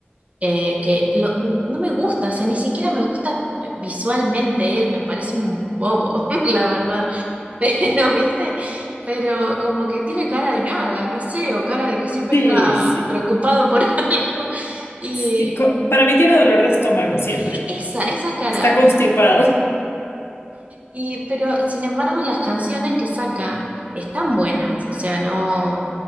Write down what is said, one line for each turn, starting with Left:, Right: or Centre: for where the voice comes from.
Right: eh, que lo- no me gusta, o sea, ni siquiera me gusta visualmente él, me parece un bobo, <laughs> la verdad. Pero, ¿viste? Pero como que tiene cara de nada, no sé, o cara de que siempre
Left: Sí,
Right: está
Left: sí,
Right: preocupado por <laughs> algo. Y,
Left: sí. co- Para mí tiene dolor de estómago siempre.
Right: y esa, esa cara,
Left: Está constipado. <laughs>
Right: Y, pero sin embargo, las canciones que saca están buenas, o sea, no,